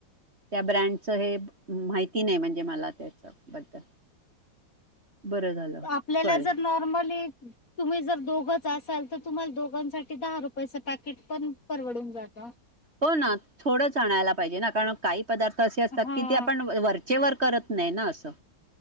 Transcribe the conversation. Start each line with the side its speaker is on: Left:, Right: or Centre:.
Right: ब मा नाही म्हणजे मला त्याच्याबद्दल बरं झालं
Left: आपल्याला
Right: कळलं
Left: जर नॉर्मली तुम्ही जर दोघच असाल तर तुम्हाला दोघांसाठी दहा रुपयाचं पॅकेट पण परवडून जातं
Right: हो ना थोडं आणायला पाहिजे ना कारण काही. पदार्थ असे असतात
Left: हा
Right: की ते आपण वर... चेवर करत नाही ना असं...